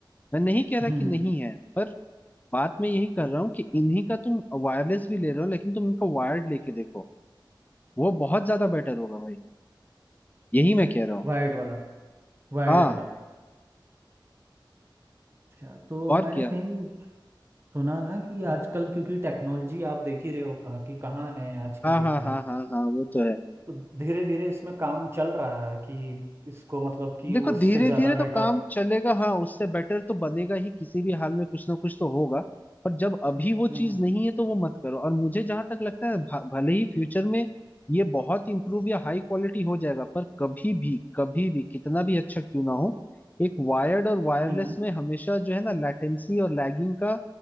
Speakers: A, on the left; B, on the right.
A: मैं नहीं कह रहा
B: हम्म
A: कि
B: हम्म,
A: नहीं है पर बात मैं यही कर रहा हूँ कि इन्हीं का तुम वायरलेस भी ले रहे हो लेकिन तुम इनका वायर्ड लेके देखो वो बहुत ज्यादा बेटर होगा भाई यही मैं कह रहा हूँ
B: वायर्ड वाला वायर्ड
A: हाँ
B: वाला अच्छा तो
A: और
B: मैंने
A: क्या
B: कहीं सुना ना कि आजकल क्योंकि टेक्नोलॉजी आप देख ही रहे हो कहाँ की कहाँ है आज की
A: हाँ
B: डेट
A: हाँ
B: में
A: हाँ हाँ हाँ वो तो है
B: तो धीरे धीरे इसमें काम चल रहा है कि इसको मतलब कि
A: देखो
B: उससे
A: धीरे
B: ज़्यादा
A: धीरे तो
B: बेटर
A: काम चलेगा हाँ उससे बेटर तो बनेगा ही किसी भी हाल में कुछ ना कुछ तो होगा पर जब अभी वो
B: हम्म
A: चीज नहीं है तो वो मत करो और मुझे जहां तक लगता है भ- भले ही फ्यूचर में ये बहुत इंप्रूव या हाई क्वालिटी हो जाएगा पर कभी भी कभी भी कितना भी अच्छा क्यों ना हो एक वायर्ड और वायरलेस
B: हम्म हम्म,
A: में हमेशा जो है ना लेटेंसी और लैगिंग का